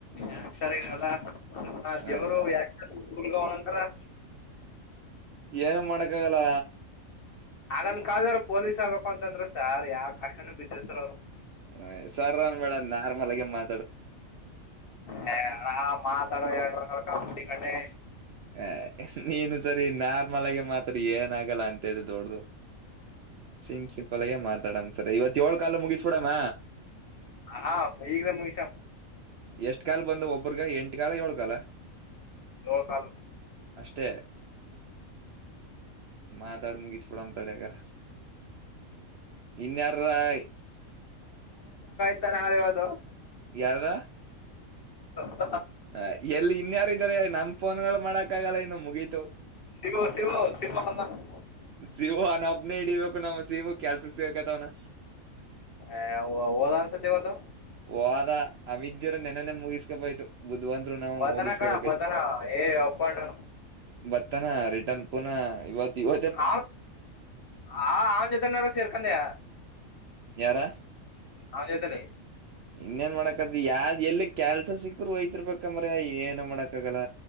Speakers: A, on the left (about 50°); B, on the right (about 65°).
A: ಯಾಕ್ ಸರ್ ಇನಲ್ಲಾ ನಮ್ಮ ದೇವರು
B: ಅಯ್ಯೋ
A: ಯಾಕ ಕೂಲ್ಗ ಅವನಂತತ್ರ
B: ಏನು ಮಾಡಕ್ಕ ಆಾಗಲ್ಲ
A: ಆಗನ್ ಕಾದರು ಪೊಲೀಸ್ ಆಗ್ಬೇಕು ಅಂತಂದ್ರ ಸರ್ ಯಾವ ಕಷ್ಟನ ಬಿದ್ರ ಸರ್ ಅವ್ರು
B: ್ ಸರನ್ ಬೇಡ ನಾರ್ಮಲ್ ಆಗ ಮಾ
A: ಹ ಆ ಮಾತಾಡದ್ರೆ ಕ <unintelligible> ಕಡೆ
B: ಏ, ನೀನು ಸರಿ ನಾರ್ಮಲ್ ಆಗಿ ಮಾತಾಡಿ ಏನ ಆಗಲ್ಲ ಅಂತದ್ ದೊಡ್ದದು. ಸಿಂ ಸಿಂಪಲ್ಗೆ ಮಾತಾಡಮ. ಸರ ಇವತ್ ಏಳ್ ಕಾಲು ಮುಗಿಸಬಿಡಮ್ಮ.
A: ಹಾ ಈಗ್ಲೇ ಮುಗಿಸಮ್
B: ಎಷ್ಟ್ ಕಾಲ ಬಂದವು, ಒಬ್ಬ್ರಗ ಎಂಟ್ ಕಾಲ, ಏಳ್ ಕಾಲ?
A: ಏಳ್ ಕಾಲು
B: ಅಷ್ಟೇ ಮಾತಾಡಿ ಮುಗಿಸಬಿಡಾನ್ ತಡಿಹಗಾರ. ಇನ್ಯಾರ <unintelligible>
A: ಅಕ್ಕ, ನಾಳೆ ಯಾವ್ದು?
B: ಯಾರಗ?
A: ಬಕ <unintelligible>
B: ಹ, ಎಲ್ಲಿ ಇನ್ಯಾರ ಇದಾರೆ ನಮ್ ಫೋನ್ಗಳು ಮಾಡಕ್ ಆಗಲ್ಲ ಇನ್ನು ಮುಗೀತು
A: ಶಿವು, ಶಿವು, ಶಿವು ಬಂದಾನ.
B: ಸಿವ ನಾ ಒಬ್ಬನೇ ಇಡೀ <unintelligible> ಬಬೇಕು ನಮ್ಮ ಶಿವು ಕೆಲಸಕ್ಕೆ ಸೇರ್ಕೋತಾವನೆ.
A: ಏ ಹೋ- ಹೋದ ಅನ್ಸತಿ ಇವತ್ತು
B: ಹೋದ. ಅವಿದ್ಯರ ನೆನೇನ ಮುಗಿಸ್ಕೋಬಯ್ತು ಬುಧ್ವಂತರು ನಾವು
A: ವತನ
B: ಮುಗಿಸ್ಕೊಬೇಕಾಯ್ತು.
A: ಕಣ ವತನ ಏ ಅಪ್ಪಣ್ಣ
B: <unintelligible> <unintelligible> ತನ ರಿಟರ್ನ್ ಪುನಃ ಇವತ್ತಿಗೂ
A: ಹ, ಹ ಅವನ್ ಜೊತೆ ಏನರ ಸೇರ್ಕಂಡಿಯ?
B: ಯಾರ
A: ಅವನ ಜೊತೆಯಲ್ಲಿ
B: ಇನ್ನೇನ್ ಮಾಡಕತ್ದು? ಯಾರ್ ಎಲ್ಲಿ ಕ್ಯಾ <unintelligible> ಕೆಲಸ ಸಿಕ್ಕರ ಒಯ್ತಿರಬೇಕಾ ಮಾರಾಯ, ಏನು ಮಾಡಕ್ಕಾಗಲ್ಲ